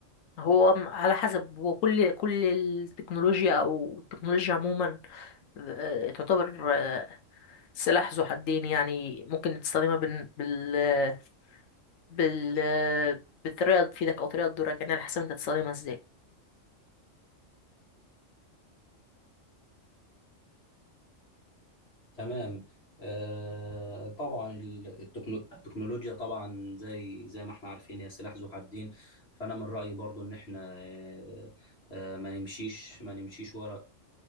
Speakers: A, on the left; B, on the left.
A: هو م- على حسب وكل كل التكنولوجيا او التكنولوجيا عموما آه، تعتبر آه، سلاح ذو حدين يعني ممكن تستخدمها بال... بال... بال بالطريقة اللي تفيدك أو طريقة تضرك يعني على حسب أنت تستخدمها ازاي
B: تمام آه طبعا ال- التكنو- التكنولوجيا طبعا زي زي ما احنا عارفين هي سلاح ذو حدين فانا من رأيي برضو ان احنا آه آه ما نمشيش ما نمشيش ورا